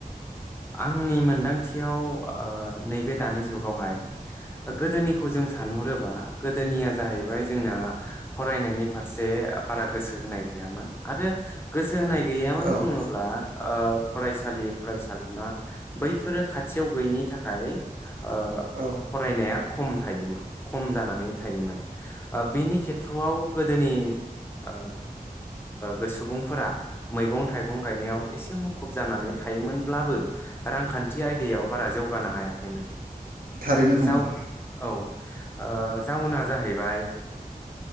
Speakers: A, on the left; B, on the right.
A: आंनि मोनदांथियाव ओ नैबे दानि जुगावहाय गोदोनिखौ जों सानहरोबा गोदोनिया जाहैबाय जोंना फरायनायनि फारसे बारा गोसो होनाय गैयामोन आरो गोसो होनाय गैयामोन
B: गोसो
A: बुङोब्ला ओ फरायसालि फरायसालिमा बैफोरो खाथियाव गैयिनि थाखाय ओ
B: ओ
A: फरायनाया खम थायोमोन खम जानानै थायोमोन ओ बिनि खेथ्र'आव गोदोनि ओ ओ सुबुंफोरा मैगं थाइगं गायनायाव एसे मुखुब जानानै थायोमोनब्लाबो रांखान्थि आयदायाव बारा जौगानो हायाखैमोन।
B: थारैनो नंगौ
A: जाउ औ ओ जाउना जाहैबाय